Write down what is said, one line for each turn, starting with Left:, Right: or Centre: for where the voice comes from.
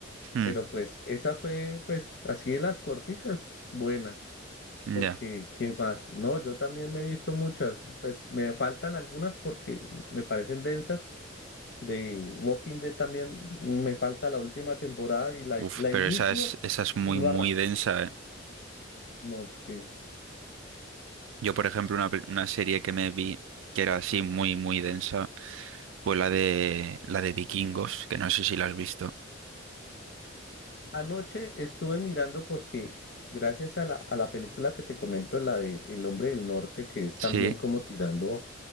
Right: Hmm,
Left: Pero pues esa fue pues así de las corticas, buena.
Right: ya.
Left: Porque, ¿qué más? No, yo también me he visto muchas, pues me faltan algunas porque me parecen densas. De Walking Dead también me falta la última temporada y la,
Right: Uf,
Left: la
Right: pero
Left: inicio
Right: esa es esa es muy
Left: y no
Right: muy
Left: arranco.
Right: densa, ¿eh?
Left: No, es que
Right: Yo, por ejemplo, una, pe- una serie que me vi que era así muy muy densa fue la de la de Vikingos, que no sé si la has visto.
Left: anoche estuve mirando porque gracias a la, a la película que te comento, la de El Hombre del Norte, que es
Right: Sí.
Left: también como tirando,